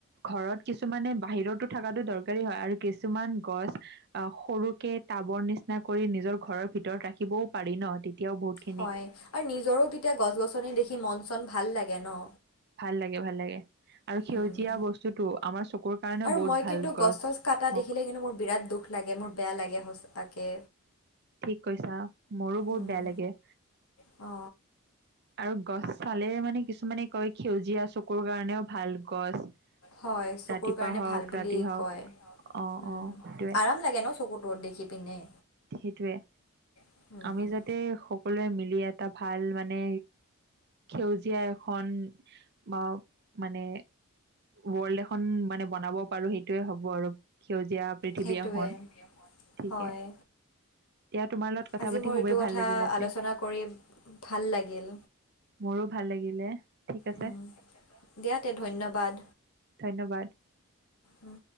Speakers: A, on the right (about 50°); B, on the left (about 80°).
A: ঘৰত কিছুমানে বাহিৰতো থকাতো দৰকাৰী হয়। আৰু কিছুমান গছ অ' সৰুকে টাবৰ নিচিনা কৰি নিজৰ ঘৰৰ ভিতৰত ৰাখিবও পাৰি ন। তেতিয়াও বহুতখি
B: হয় আৰু নিজৰো তেতিয়া গছ-গছনি দেখি মন-চন ভাল লাগে ন।
A: ভাল লাগে ভাল লাগে। আৰু সেউজীয়া
B: উম
A: বস্তুটো আমাৰ চকুৰ কাৰণেও
B: আৰু
A: বহুত
B: মই
A: ভাল।
B: কিন্তু
A: গছ
B: চছ কাটা দেখিলে
A: হওক
B: কিন্তু মোৰ বিৰাট দুখ লাগে মোৰ বেয়া লাগে সঁচাকে।
A: ঠিক কৈছা মোৰো বহুত
B: উম
A: বেয়া লাগে।
B: অ।
A: আৰু গছ চালেৰে মানে কিছুমানে কয় সেউজীয়া চকুৰ কাৰণেও ভাল গছ।
B: হয় চকুৰ
A: ৰাতিপুৱা
B: কাৰণে
A: হওক
B: ভাল বুলি
A: ৰাতি হওক
B: কয়
A: অঁ
B: উম
A: অঁ সেইটোৱে
B: আৰাম লাগে ন চকুত। ৰ'দ দেখি পিনে।
A: সেটোয়ে
B: উম
A: আমি যাতে সকলোৱে মিলি এটা ভাল মানে সেউজীয়া এখন বা মানে ৱৰ্ল্ড এখন মানে বনাব পাৰো সেইটোৱে হ'ব আৰু সেউজীয়া পৃথিৱী
B: সেইটোৱে
A: এখন, ঠিকে।
B: হয়
A: দিয়া তোমাৰ লগত কথা
B: আজি
A: পাতি
B: মোৰ
A: খুবেই
B: এইটো কথা
A: ভাল লাগিল আজি।
B: আলোচনা কৰি ভাল লাগিল
A: মোৰো ভাল লাগিলে, ঠিক আছে।
B: উম, দিয়া তে ধন্যবাদ।
A: ধন্যবাদ।
B: উম।